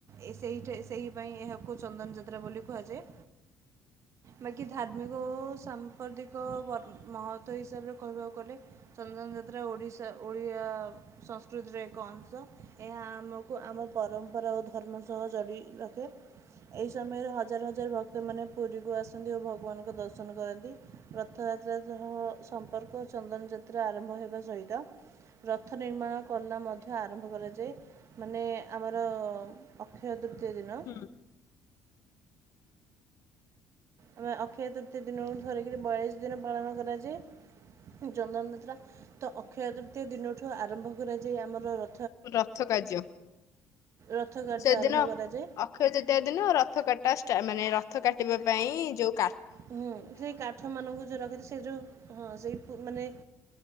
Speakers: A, on the right; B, on the left.
A: ଏ ସେ ସେହିପାଇଁ ଏହାକୁ ଚନ୍ଦନ ଯାତ୍ରା ବୋଲି କୁହାଯାଏ। ବାକି ଧାର୍ମିକ ଓ ସାମ୍ପ୍ରତିକ ମହତ୍ୱ ହିସାବରେ କହିବାକୁ ଗଲେ ଚନ୍ଦ୍ରନ ଯାତ୍ରା ଓଡ଼ିଶା ଓଡ଼ିଆ ସଂସ୍କୃତିର ଏକ ଅଂଶ ଏହା ଆମକୁ ଆମ ପରମ୍ପରା ଓ ଧର୍ମ ସହ ଜଗିକି ରଖେ ଏହି ସମୟରେ ହଜାର ହଜାର ଭକ୍ତମାନେ ପୁରୀ କୁ ଆସନ୍ତି ଓ ଭଗବାନଙ୍କ ଦର୍ଶନ କରନ୍ତି। ରଥଯାତ୍ରା ସହ ସମ୍ପର୍କ ଚନ୍ଦନଯାତ୍ରା ଆରମ୍ଭ ହେବା ସହିତ ରଥ ନିର୍ମାଣ କଲା ମଧ୍ୟ ଆରମ୍ଭ କରାଯାଏ, ମାନେ ଆମର ଅକ୍ଷୟ ତୃତୀୟ ଦିନ
B: ହୁଁ
A: ଆମେ ଅକ୍ଷୟ ତୃତୀୟ ଦିନ ଧରିକିରି ବୟାଳିଶ ଦିନ ପାଳନ କରାଯାଏ ଚନ୍ଦନଯାତ୍ରା ତ ଅକ୍ଷୟ ତୃତୀୟ ଦିନଠୁ ଆରମ୍ଭ କରାଯାଏ ଆମର ର
B: ରଥ କାର୍ଯ୍ୟ
A: ରଥ କାର୍ଯ୍ୟ
B: ସେଦିନ
A: ଆରମ୍ଭ କରାଯାଏ
B: ଅକ୍ଷୟ ତୃତୀୟା ଦିନ ରଥ କାଟା ସ୍ଟାଟ ମାନେ ରଥ କାଟିବା ପାଇଁ ଯେଉଁ
A: ହୁଁ ସେ କାଠ ମାନଙ୍କୁ ଯିଏ ରଖିଛି ସେ ଯେଉ ହଁ ସେଇ ମାନେ